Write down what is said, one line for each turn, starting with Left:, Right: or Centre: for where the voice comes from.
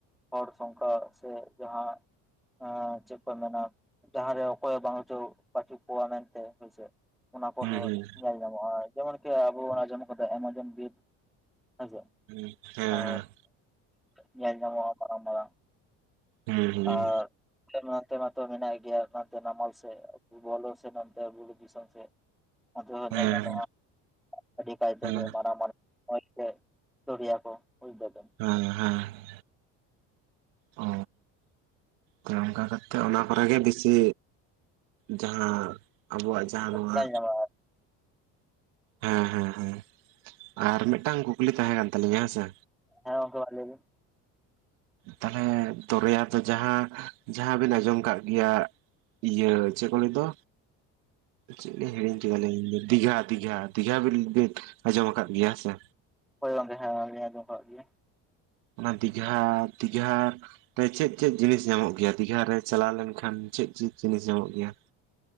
Centre: ᱦᱚᱲ ᱥᱚᱝᱠᱷᱟ ᱥᱮ ᱡᱟᱦᱟᱸ ᱮᱸ ᱪᱮᱫ ᱠᱚ ᱢᱮᱱᱟ ᱡᱟᱦᱟᱸᱨᱮ ᱚᱠᱚᱭ ᱵᱟᱝᱪᱚ ᱯᱟᱪᱩ ᱠᱚᱣᱟ ᱢᱮᱱᱛᱮ ᱦᱳᱭ ᱥᱮ ᱚᱱᱟ ᱠᱚᱨᱮ
Right: ᱦᱩᱸ
Centre: ᱦᱚᱸ ᱧᱮᱞ ᱧᱟᱢᱚᱜ-ᱟ ᱡᱮᱢᱚᱱᱠᱤ ᱟᱵᱚ ᱟᱸᱡᱚᱢ ᱠᱟᱫᱟ ᱮᱢᱟᱡᱚᱱ ᱵᱤᱨ ᱦᱮᱸᱥᱮ
Right: ᱦᱮᱸ ᱦᱮᱸ
Centre: ᱟᱨ ᱧᱮᱞ ᱧᱟᱢᱚᱜᱟ ᱢᱟᱨᱟᱝ ᱢᱟᱨᱟᱝ᱾
Right: ᱦᱮᱸ ᱦᱩᱸ
Centre: ᱟᱨ <unintelligible> ᱢᱟᱛᱚ ᱢᱮᱱᱟᱜ ᱜᱮᱭᱟ <unintelligible> ᱱᱟᱢᱟᱞ ᱥᱮᱜ <unintelligible> ᱵᱩᱨᱩ ᱫᱤᱥᱚᱢ ᱥᱮ᱾ ᱚᱱᱛᱮ ᱦᱚᱸ ᱧᱮᱞ
Right: ᱦᱮᱸ
Centre: ᱧᱟᱢᱚᱜ-ᱟ᱾ ᱟᱹᱰᱤ ᱠᱟᱭ ᱛᱮᱜᱮ
Right: ᱦᱮᱸ
Centre: ᱢᱟᱨᱟᱝ ᱢᱟᱨᱟᱝ <unintelligible> ᱫᱚᱨᱭᱟ ᱠᱚ ᱵᱩᱡ ᱫᱟᱵᱤᱱ᱾
Right: ᱦᱮᱸ ᱦᱮᱸ ᱚ ᱦᱮᱸ ᱚᱝᱠᱟ ᱠᱟᱛᱮ ᱚᱱᱟ ᱠᱚᱨᱮ ᱜᱮ ᱵᱤᱥᱤ ᱡᱟᱦᱟᱸ ᱟᱵᱚᱣᱟᱜ ᱡᱟᱦᱟᱸ ᱱᱚᱣᱟ
Centre: ᱧᱮᱞ ᱧᱟᱢᱚᱜᱼᱟ
Right: ᱦᱮᱸ ᱦᱮᱸ ᱦᱮᱸ ᱟᱨ ᱢᱤᱫᱴᱟᱝ ᱠᱩᱠᱞᱤ ᱛᱟᱦᱮᱸ ᱠᱟᱱ ᱛᱟᱹᱞᱤᱧᱟ ᱦᱮᱸ ᱥᱮ
Centre: ᱦᱮᱸ ᱜᱚᱝᱠᱮ ᱢᱟ ᱞᱮ ᱵᱤᱱ᱾
Right: ᱛᱟᱞᱦᱮ ᱫᱚᱨᱭᱟ ᱫᱚ ᱡᱟᱦᱟᱸ ᱡᱟᱦᱟᱸ ᱵᱤᱱ ᱟᱸᱡᱚᱢ ᱠᱟᱜ ᱜᱮᱭᱟ ᱤᱭᱟᱹ ᱪᱮᱫ ᱠᱚ ᱞᱟᱹᱭ ᱫᱚ
Centre: <inaudible>
Right: ᱪᱮᱫ ᱞᱤᱧ ᱦᱤᱲᱤᱧ ᱠᱮᱫᱟᱞᱤᱧ ᱫᱤᱜᱷᱟ ᱫᱤᱜᱷᱟ ᱫᱤᱜᱷᱟ ᱵᱤᱱ ᱟᱸᱡᱚᱢ ᱟᱠᱟᱫ ᱜᱮᱭᱟ ᱦᱮᱸᱥᱮ?
Centre: ᱦᱳᱭ ᱜᱚᱝᱠᱮ ᱦᱮᱸ ᱜᱚᱝᱠᱮ ᱟᱸᱡᱚᱢ ᱠᱟᱜ ᱜᱮᱭᱟ᱾
Right: ᱚᱱᱟ ᱫᱤᱜᱷᱟ ᱫᱤᱜᱷᱟᱨ ᱪᱮᱫ ᱪᱮᱫ ᱡᱤᱱᱤᱥ ᱧᱟᱢᱚᱜ ᱜᱮᱭᱟ ᱫᱤᱜᱷᱟ ᱨᱮ ᱪᱟᱞᱟᱣ ᱞᱮᱱᱠᱷᱟᱱ, ᱪᱮᱫ ᱪᱮᱫ ᱡᱤᱱᱤᱥ ᱧᱟᱢᱚᱜ ᱜᱮᱭᱟ?